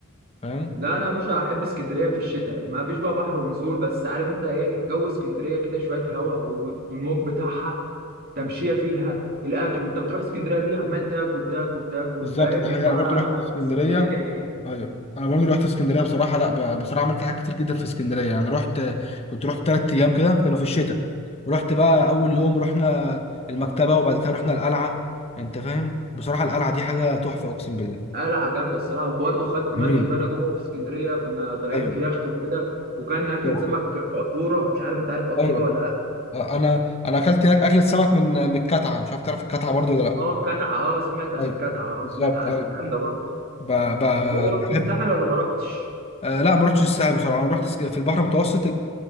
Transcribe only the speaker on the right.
لا انا يا باشا احب اسكندريه في الشتاء ما فيش بقى بحر ونزول بس عارف انت ايه جو اسكندريه كده شويه هوا والموج بتاعها تمشيه فيها الاكل انت بتروح اسكندريه دي عمال تاكل تاكل تاكل
فاهم
مع
اسكندريه
قلعه جامده الصراحه وبرضه خدت مركب
انا جوه في اسكندريه كنا طالعين
في يخت وكده وكان اكله
سمك قدوره مش عارف انت عارف قدوره
ولا لا
اه الكتعه اه سمعت عن
الكتعه اه
سمعت عنها
جامده برضه
ايه رحت
الساحل ولا ما رحتش؟